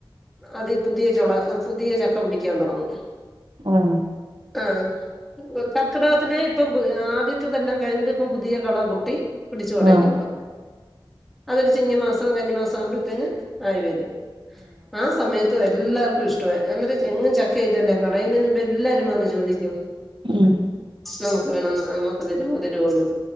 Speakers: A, in the centre; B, on the right.
A: അതി പുതിയ ചൊള പുതിയ ചക്ക പിടിക്കാൻ തൊടങ്ങും.
B: ഉം
A: ആഹ് കർക്കിടകത്തിന് ഇപ്പം ആദ്യത്തെതെല്ലാം കഴിഞ്ഞിട്ട് ഇപ്പം പുതിയ കള പൊട്ടി. പിടിച്ചു തൊടങ്ങി
B: ആഹ്
A: ഇപ്പോ. അതൊരു ചിങ്ങമാസം കന്നിമാസം ആവുമ്പഴ് ത്തേന് ആയി വരും. ആഹ് സമയ ത്തു എല്ലാർക്കും ഇഷ്ടവായി. എന്നിട്ട് എങ്ങും ചക്കയിടെല്ല കളയുന്നേന് മുമ്പെല്ലാരും വന്ന് ചോദിക്കും.
B: ഉം
A: നമുക്ക് വേണം ന നമക്ക് തരുവോ തര്വാന്ന്.